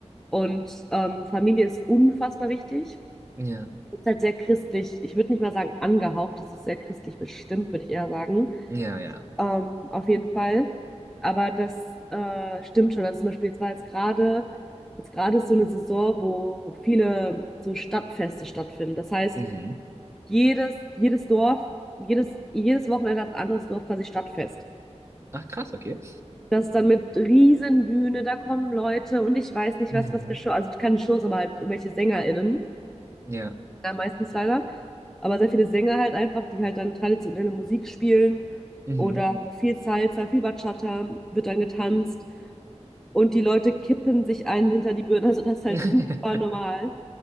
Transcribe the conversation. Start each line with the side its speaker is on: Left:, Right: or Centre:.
Centre: Und ähm, Familie ist unfassbar wichtig.
Right: Ja,
Centre: Ist halt sehr christlich. Ich würde nicht mal sagen angehaucht, es ist sehr christlich bestimmt, würde ich eher sagen.
Right: ja, ja.
Centre: Ähm, auf jeden Fall. Aber das äh, stimmt schon. Also zum Beispiel, jetzt war jetzt gerade, jetzt gerade ist so eine Saison, wo viele so Stadtfeste stattfinden. Das heißt,
Right: Mhm.
Centre: jedes, jedes Dorf, jedes, jedes Wochenende hat ein anderes Dorf quasi Stadtfest.
Right: Ach, krass, okay.
Centre: Das ist dann mit Riesenbühne, da kommen Leute und ich weiß nicht,
Right: Mhm.
Centre: was, was für Show, also keine Shows, aber halt irgendwelche SängerInnen.
Right: Ja.
Centre: Ja, meistens leider. Aber sehr viele Sänger halt einfach, die halt dann traditionelle Musik spielen
Right: Mhm.
Centre: oder viel Salsa, viel Bachata wird dann getanzt und die Leute kippen sich einen hinter die Birne. Also das ist halt
Right: <laughs>
Centre: super normal.